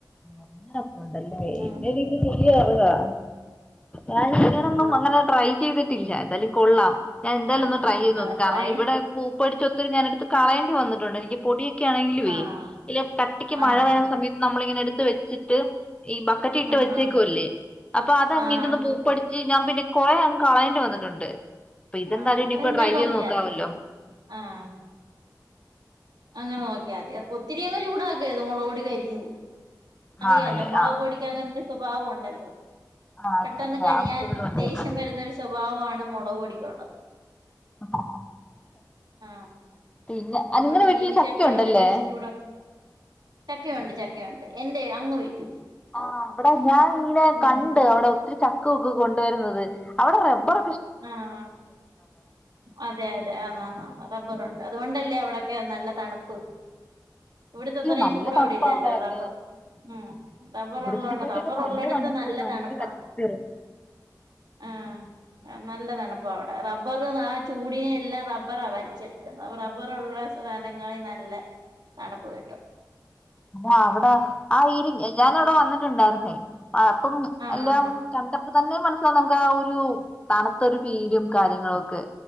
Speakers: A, on the left; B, on the right.
A: അങ്ങനൊക്കുണ്ടല്ലേ
B: ഉം
A: ഇതെനിക്ക് പുതിയ അറിവാ ഞാൻ
B: ഉം
A: ഇങ്ങനൊന്നും അങ്ങനെ ട്രൈ ചെയ്തിട്ടില്ല എന്തായാലും കൊള്ളാം ഞാൻ എന്തായാലൊന്ന്
B: ആഹ്
A: ട്രൈ ചെയ്ത് നോക്കും
B: അത്
A: കാരണം
B: ട്രൈ
A: ഇവിടെ പൂപ്പ്‌ പിടിചൊത്തിരി ഞാനെടുത്ത് കളയേണ്ടി വന്നിട്ടുണ്ട് നിക്ക് പൊടി <unintelligible>
B: ആഹ്
A: കട്ടിക്ക്
B: ആഹ്
A: മഴ വരുന്ന സമയത്ത് നമ്മളിങ്ങനെ എടുത്ത് വെച്ചിട്ട് ഈ ബക്കറ്റ് ഇട്ട്
B: ആഹാ
A: വെച്ചേക്കുവല്ലേ അപ്പൊ അതങ്ങിട്ടൊന്ന്
B: ആഹ്
A: പൂപ്പടിച്ച് ഞാൻ പിന്നെ കുറേ അങ്ങ് കളയേണ്ടി വന്നിട്ടുണ്ട് അപ്പൊ ഇതെന്താലും
B: ആഹ്
A: ഇനിയിപ്പോ
B: അത് ഇങ്ങനെ
A: ട്രൈ
B: നോക്കിയാ
A: ചെയ്ത് നോക്കാവല്ലോ
B: മതി ആഹ് അങ്ങനെ നോക്കിയാതി അ ഒത്തിരിഅങ്ങ് ചൂടാക്കരുത് മുളക്പൊടി കരിഞ്ഞു പോകും അറിയാലോ
A: ആണല്ലേ
B: മുളക്
A: ആ
B: പൊടിക്ക് അങ്ങനൊരു സ്വഭാവം ഉണ്ടല്ലോ
A: ആ
B: പെട്ടെന്ന്
A: അത് ശരിയാ
B: കരിയാൻ
A: അങ്ങനത്തൊരിതുണ്ട്
B: ദേഷ്യം വരുന്ന ഒരു സ്വഭാവമാണ് മുളക് പൊടിക്കുള്ളത്
A: ആ
B: ആഹ്
A: പിന്നെ
B: അതുകൊണ്ട്
A: നിങ്ങളെ വീട്ടില്
B: ചീനിച്ചട്ടി
A: ചക്കയുണ്ടല്ലേ
B: ഒന്ന് ജസ്റ്റ് ചൂടാ ചക്കയുണ്ട് ചക്കയുണ്ട് എന്റെ അങ്ങ് വീട്ടിൽ
A: ആ് അവിടെ ഞാൻ ഇങ്ങനെ
B: ഉം
A: കണ്ട് അവിടെ ഒത്തിരി ചക്ക ഒൊക്കെ കൊണ്ടുവരുന്നത് അവിടെ റബ്ബർ
B: ആഹ അതെ അതെ ആ റബ്ബറുണ്ട് അതുകൊണ്ടല്ലേ അവിടക്കെ നല്ല തണുപ്പ് ഇവിടത്തെത്രയും
A: ഇല്ല നല്ല
B: ചൂട്
A: തണുപ്പാ
B: അവിടെല്ല
A: അവിടെയൊക്കെ
B: എല്ലപ്പ ഉം റബ്ബർള്ളണ്ട
A: ഇവിടത്തിനെക്കാട്ടിയൊക്കെ
B: റബ്ബർ
A: നല്ല
B: ഉള്ള എടുത്ത്
A: തണുപ്പ്
B: നല്ല
A: നല്ലൊരു
B: തണുപ്പാ
A: അറ്റ്മോസ്ഫിയറും
B: ആഹ നല്ലതാണിപ്പോ അവിടെ റബ്ബർ ആ ചൂടിനെ എല്ലാം റബ്ബറാ വലിച്ചെടുക്കുന്നത് റബ്ബറുള്ള സനങ്ങളിൽ നല്ല തണുപ്പ് കട്ടും
A: ആ അവിടെ ആ ഇരി ഞാാനവിടെ വന്നിട്ടുണ്ടായിരുന്നേ അപ്പം
B: ആഹ്
A: എല്ലാം കണ്ടപ്പോ തന്നെ മന നമുക്ക് ആ ഒരു തണുത്തരു പീലും കാര്യങ്ങളും